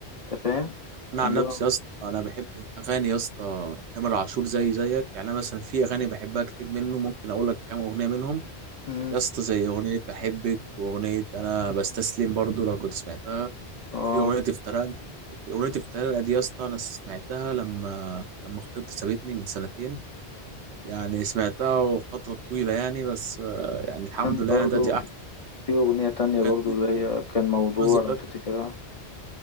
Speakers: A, on the left; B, on the right.
A: انت فاهم
B: أنا
A: اللي
B: عن نفسي
A: هو
B: يا اسطى أنا بحب أغاني يا اسطى تامر عاشور زي زيك يعني أنا مثلا في أغاني بحبها كتير منه ممكن أقول لك كام أغنية منهم
A: مم.
B: يا اسطى زي أغنية بحبك وأغنية أنا بستسلم برضو لو كنت سمعتها
A: اه
B: وفي اغنيه افتراء في اغنيه افتراء دي يا اسطى انا سمعتها لما لما خطيبتي سابتني من سنتين يعني سمعتها فتره طويله يعني بس آه، يعني الحمد
A: كان
B: لله
A: برضو
B: انا دلوقتي احسن
A: في أغنية تانية
B: وكانت
A: برضو
B: في
A: اللي هي كان موضوع
B: اسمها ذكريات
A: لو تفتكرها